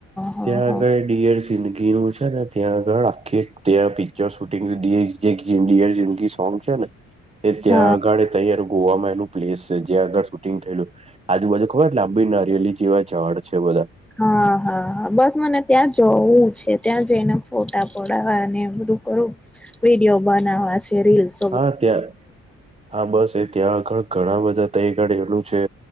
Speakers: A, in the centre; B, on the right (about 20°).
A: હા
B: આગળ
A: હા
B: ડિયર સિંદગી નું છે ને ત્યાં આગળ આખી ત્યાં પી જો શૂટિંગની સોંગ છે ને એ ત્યાં
A: હા
B: અગાડે તંયાર ગોવામાં એનું પ્લેસ છે જ્યાં આગળ શૂટિંગ થયેલું આજુબાુ ખબર લાંબી નરિયલી જેવા ઝડ છે બધા
A: હા હા હા બસ મને ત્યાં જવું છે ત્યાં જઈને ફોટા પડાવવા અને બધું કરું વિડીિયો બનાવા છે રીલ્સ
B: હા ત્યાં હા બસ એ ત્યાં આગળ ઘણા બધા તય ગડી એલું છે.